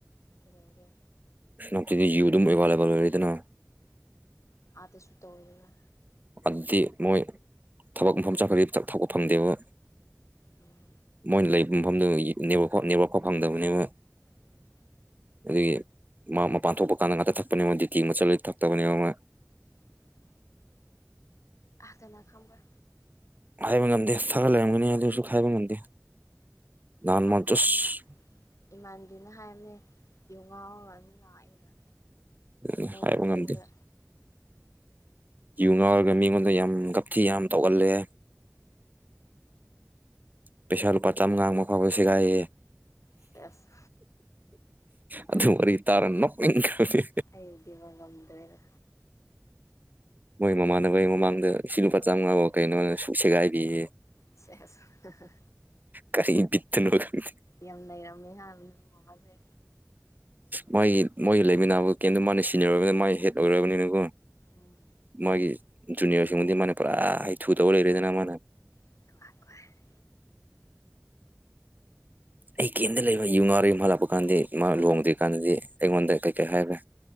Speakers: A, on the left; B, on the right.
A: ꯀꯩꯗꯧꯔꯒꯦ
B: ꯁꯅꯥꯞꯇꯤꯗꯤ ꯌꯨ ꯑꯗꯨꯝ ꯑꯦꯕꯥꯢꯂꯦꯕꯜ ꯑꯣꯏꯔꯦꯗꯅ
A: ꯑꯗꯁꯨ ꯇꯧꯔꯤꯕꯔ
B: ꯑꯗꯨꯗꯤ ꯃꯣꯏ ꯊꯕꯛ ꯃꯐꯝ ꯆꯠꯈ꯭ꯔꯗꯤ ꯊꯛꯄ ꯐꯪꯗꯦꯕ
A: ꯎꯝ
B: ꯃꯣꯏꯅ ꯂꯩꯕ ꯃꯐꯝꯗꯨ ꯅꯦꯋꯛ ꯅꯦꯠꯋꯛꯐꯥꯎ ꯐꯪꯗꯕꯅꯦꯕ
A: ꯎꯝ
B: ꯑꯗꯨꯒꯤ ꯃꯥ ꯃꯄꯥꯟ ꯊꯣꯛꯄ ꯀꯥꯟꯗ ꯉꯥꯛꯇ ꯊꯛꯄꯅꯦꯕ ꯗꯨꯇꯤꯒꯨꯝꯕ ꯆꯠꯂꯗꯤ ꯊꯛꯇꯕꯅꯦꯕ ꯃꯥ
A: ꯎꯝ ꯀꯅ ꯈꯪꯕ꯭ꯔꯥ
B: ꯍꯥꯏꯕ ꯉꯝꯗꯦ ꯊꯛꯑ ꯂꯩꯔꯝꯒꯅꯤ ꯑꯗꯨꯁꯨ ꯍꯥꯏꯕ ꯉꯝꯗꯦ ꯅꯍꯥꯟ
A: ꯏꯃꯥꯟꯕꯤꯅ
B: ꯃꯥ ꯖꯁ
A: ꯍꯥꯢ ꯏꯃꯥꯟꯕꯤꯅ ꯍꯥꯏꯕꯅꯦ ꯌꯨ ꯉꯥꯎꯔꯒ ꯑꯗꯨꯝ ꯂꯥꯛꯑꯦꯅ
B: ꯎ
A: ꯃꯣꯏ
B: ꯍꯥꯏꯕ
A: ꯃꯌꯨꯝꯗ
B: ꯉꯝꯗꯦ ꯌꯨ ꯉꯥꯎꯔꯒ ꯃꯤꯉꯣꯟꯗ ꯌꯥꯝ ꯒꯞꯊꯤ ꯌꯥꯝ ꯇꯧꯒꯜꯂꯦ ꯄꯩꯁꯥ ꯂꯨꯄꯥ ꯆꯝꯉꯥ ꯑꯃꯐꯥꯎꯕ ꯁꯦꯒꯥꯏꯌꯦ
A: ꯁꯦꯁ
B: ꯑꯗꯨ ꯋꯥꯔꯤ ꯇꯥꯔ ꯅꯣꯛꯅꯤꯡ ꯈ꯭ꯔꯕꯅꯤ
A: ꯑꯩꯗꯤꯕ ꯉꯝꯗ꯭ꯔꯦꯗ
B: ꯃꯣꯏ ꯃꯃꯥꯟꯅꯕꯩ ꯃꯃꯥꯡꯗ ꯁꯤ ꯂꯨꯄꯥ ꯆꯥꯝꯃꯉꯥꯕꯨ ꯀꯩꯅꯣꯅ ꯁꯨꯛ ꯁꯦꯒꯥꯏꯕꯤꯌꯦ
A: ꯁꯦꯁ ꯍꯍ
B: ꯀꯔꯤ ꯕꯤꯠꯇꯅꯣ ꯈꯪꯗꯦ
A: ꯌꯥꯝ ꯅꯩꯔꯝꯃꯦ ꯍꯥ ꯅꯪ ꯃꯃꯥꯁꯦ
B: ꯃꯣꯢꯒꯤ ꯃꯣꯏꯒꯤ ꯂꯩꯃꯤꯟꯅꯕ ꯀꯦꯝꯇꯣ ꯃꯥꯅ ꯁꯤꯅꯤꯌꯔ ꯑꯣꯏꯕꯅꯤꯅ ꯃꯥꯅ ꯍꯦꯠ ꯑꯣꯏꯔꯕꯅꯤꯅꯀꯣ
A: ꯎꯝ
B: ꯃꯥꯒꯤ ꯖꯨꯅꯤꯌꯔꯁꯤꯡꯕꯨꯗꯤ ꯃꯥꯅ ꯄꯨꯔꯥ ꯍꯩꯊꯨ ꯇꯧꯔ ꯂꯩꯔꯦꯗꯅ ꯃꯥꯅ
A: <unintelligible>
B: ꯑꯩ ꯀꯦꯝꯗ ꯂꯩꯕ ꯌꯨ ꯉꯥꯎꯔꯦ ꯃꯥ ꯂꯥꯛꯄ ꯀꯥꯟꯗꯤ ꯏꯃꯥ ꯂꯨꯍꯣꯡꯗ꯭ꯔꯤ ꯀꯥꯟꯗꯗꯤ ꯑꯩꯉꯣꯟꯗ ꯀꯩ ꯀꯩ ꯍꯥꯏꯕ꯭ꯔꯦ